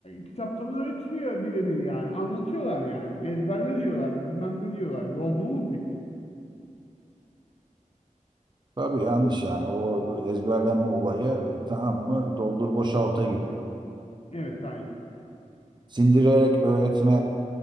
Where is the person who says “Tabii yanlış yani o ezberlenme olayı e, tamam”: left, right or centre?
Right